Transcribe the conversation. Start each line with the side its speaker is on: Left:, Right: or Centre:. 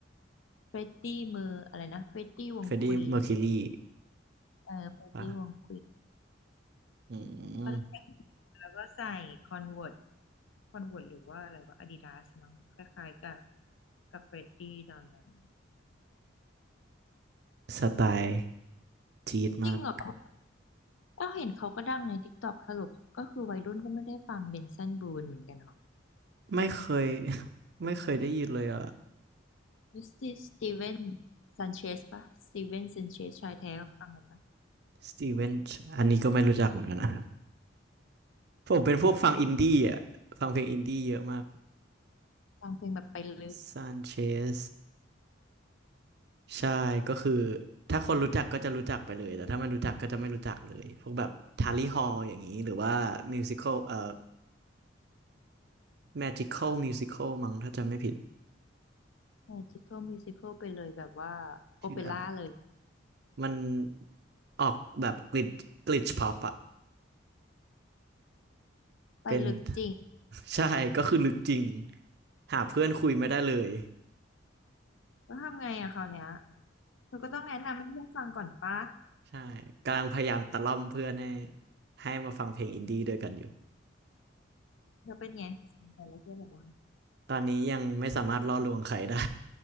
Left: เฟรดดี้มืออะไรนะเฟรดดี้วงควีน
Right: เฟรดดี้เมอร์คิวรี
Left: เออเฟรดดี้วงควีน
Right: ป่ะอืม
Left: แล้วก็แล้วก็ใส่คอนเวิร์ตคอนเวิร์ตหรือว่าอะไรว่าอาดิดาสมั้งคล้ายๆกับกับเฟรดดี้ตอนนั้น
Right: สไตล์จี๊ดมาก
Left: จริงเหรอเอ้าเห็นเขาก็ดังใน TikTok สรุปก็คือวัยรุ่นก็ไม่ได้ฟังเบนซันบูนเหมือนกันเนาะ
Right: ไม่เคย <laughs> ไม่เคยได้ยินเลยอ่ะ
Left: มิสติสตีเวนซันเชสปะสตีเวนซันเชสชายแท้ก็ฟังกันปะ
Right: สตีเวนอันนี้ก็ไม่รู้จักเหมือนกันนะ <laughs> ผมเป็นพวกฟังอินดี้อ่ะฟังเพลงอินดี้เยอะมาก
Left: ฟังเพลงแบบไปลึก
Right: ซานเชสใช่ก็คือถ้าคนรู้จักก็จะรู้จักไปเลยแต่ถ้าไม่รู้จักก็จะไม่รู้จักเลยพวกแบบทาลีฮอลอย่างนี้หรือว่ามิวสิค l ลเอ่อแมจิคอลมิวสิคอลมั้งถ้าจำไม่ผิด
Left: ใช่จิคเกิลมิวสิคอลไปเลยแบบว่าโอเปร่าเลย
Right: ชื่ออะไร มันออกแบบกลิดกลิชพ็อปอะ
Left: ไปลึกจริง
Right: เป็น <laughs> ใช่ก็คือลึกจริงหาเพื่อนคุยไม่ได้เลย
Left: แล้วทำไงอะคราวเนี้ยเธอก็ต้องแนะนำให้เพื่อนฟังก่อนปะ
Right: ใช่กำลังพยายามตะล่อมเพื่อนให้ให้มาฟังเพลงอินดี้ด้วยกันอยู่
Left: เราเป็นไงสนใจแล้วเพื่อนบอกว่า
Right: ตอนนี้ยังไม่สามารถล่อลวงใครได้